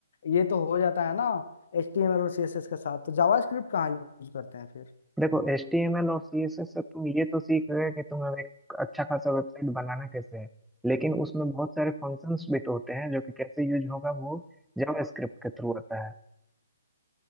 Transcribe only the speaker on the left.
ये तो हो जाता है ना एचटीएमएल और सीएसएस के साथ तो जावास्क्रिप्ट कहाँ यूज करते हैं फिर